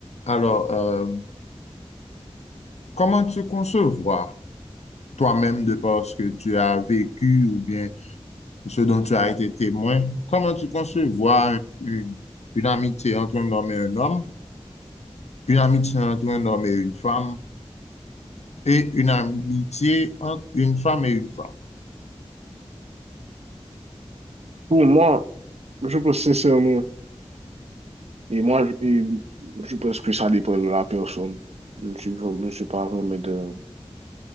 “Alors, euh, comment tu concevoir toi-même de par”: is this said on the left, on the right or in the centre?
Left